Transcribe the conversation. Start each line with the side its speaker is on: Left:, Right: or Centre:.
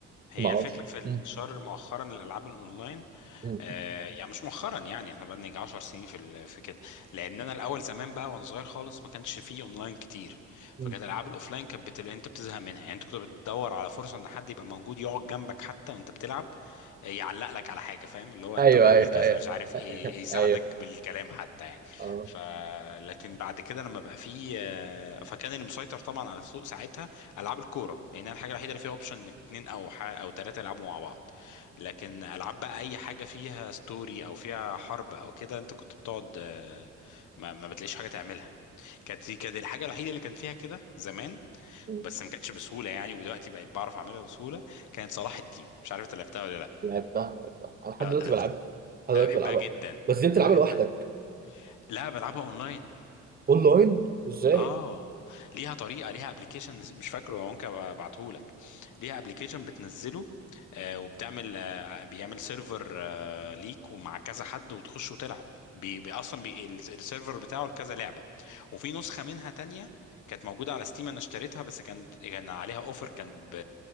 Left: هي
Right: ما أعرفش
Left: الفكرة في الانتشار
Right: مم.
Left: مؤخرا للألعاب الأونلاين
Right: مم.
Left: آه يعني مش مؤخرا يعني احنا بقى نيجي 10 سنين في ال- في كده لأن أنا الأول زمان بقى وأنا صغير خالص ما كانش فيه أونلاين كتير
Right: مم.
Left: فكانت الألعاب الأوفلاين كانت بتل... أنت بتزهق منها يعني أنت كنت بتدور على فرصة إن حد يبقى موجود يقعد جنبك حتى وأنت بتلعب آه، يعلق لك على حاجة فاهم اللي هو
Right: أيوه
Left: أنت بيعمل
Right: أيوه
Left: كذا
Right: أيوه
Left: مش عارف إيه يساعدك
Right: أيوه
Left: بالكلام حتى يعني
Right: أه
Left: ف لكن بعد كده لما بقى فيه آه، فكان اللي مسيطر طبعا على السوق ساعتها العاب الكوره لان الحاجه الوحيده اللي فيها اوبشن انك اتنين او ح... او ثلاثه يلعبوا مع بعض لكن العاب بقى اي حاجه فيها ستوري او فيها حرب او كده انت كنت بتقعد آه، ما, ما بتلاقيش حاجه تعملها كانت دي كانت الحاجه الوحيده اللي كان فيها كده زمان
Right: مم.
Left: بس ما كانتش بسهوله يعني ودلوقتي بقيت بعرف اعملها بسهوله كانت صلاح الدين مش عارف انت لعبتها ولا لا
Right: لعبتها لعبتها انا لحد
Left: آه،
Right: دلوقتي
Left: انا
Right: بلعبها
Left: كنت-
Right: لحد
Left: انا
Right: دلوقتي
Left: بحبها
Right: بلعبها
Left: جدا
Right: بس دي بتلعبها
Left: انا بحبها
Right: لوحدك
Left: لا بلعبها اونلاين
Right: اونلاين ازاي
Left: اه ليها طريقه ليها ابلكيشن مش فاكره ممكن ابعته لك ليها ابلكيشن بتنزله آه وبتعمل آه بيعمل سيرفر آه ليك ومع كذا حد وتخش وتلعب بي بي اصلا بي ال- السيرفر بتاعه لكذا لعبه وفي نسخه منها تانية كانت موجوده على ستيم انا اشتريتها بس كانت كان عليها اوفر كان ب